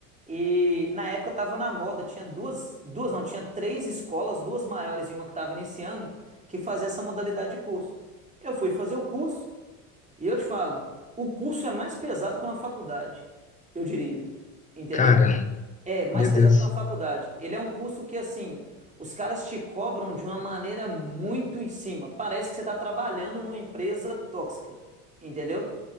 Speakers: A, on the right; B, on the left.
A: E na época estava na moda, tinha duas, duas não, tinha três escolas, duas maiores e uma que estava iniciando, que fazia essa modalidade de curso. Eu fui fazer o curso e eu te falo, o curso é mais pesado que uma faculdade, eu diria. Entendeu?
B: cara,
A: É mais
B: meu
A: pesado
B: Deus.
A: que uma faculdade. Ele é um curso que, assim, os caras te cobram de uma maneira muito em cima. Parece que você está trabalhando numa empresa tóxica, entendeu?